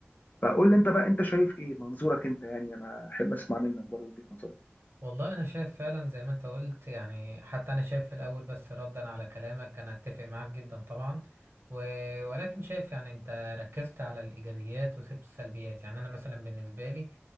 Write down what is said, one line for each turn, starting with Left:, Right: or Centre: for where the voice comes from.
Left: فقول لي انت بقى انت شايف ايه منظورك انت يعني انا احب اسمع منك بره وجهه نظرك
Right: والله انا شايف فعلا زي ما انت قلت يعني حتى انا شايف في الاول بس ردا على كلامك انا اتفق معاك جدا طبعا و... ولكن شايف يعني انت ركزت على الايجابيات وسبت السلبيات يعني انا مثلا بالنسبه لي